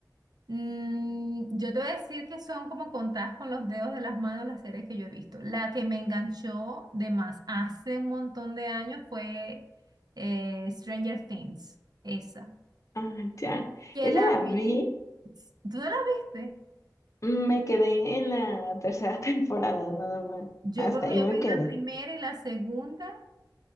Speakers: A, on the right; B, on the left.
A: mm, yo te voy a decir que son como contadas con los dedos de las manos las series que yo he visto. La que me enganchó de más hace un montón de años fue eh, Stranger Things, esa,
B: ah, ya,
A: que
B: esa
A: la
B: la
A: vi,
B: vi,
A: ¿tú no la viste?
B: me quedé en la tercera <laughs> temporada nada más.
A: Yo
B: Hasta
A: creo que
B: ahí
A: yo
B: me
A: vi
B: quedé.
A: la primera y la segunda